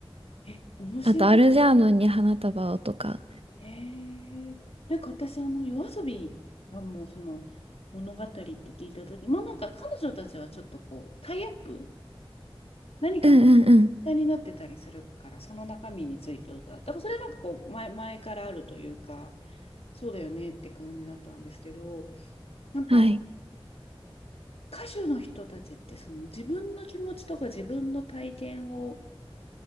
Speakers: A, on the left (about 80°); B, on the right (about 75°).
A: え、面白い。
B: あと、アルジャーノンに花束をとか。
A: へえなんか私、あの、夜遊びがもうその物語って聞いたとき、まあなんか彼女たちはちょっとこう、タイアップ何かの
B: うんうんうん。
A: 歌になってたりするから、その中身について歌う。だからそれなんかこう前、前からあるというか、そうだよねって感じだったんですけど、なんか
B: はい。
A: 歌手の人たちってその自分の気持ちとか自分の体験を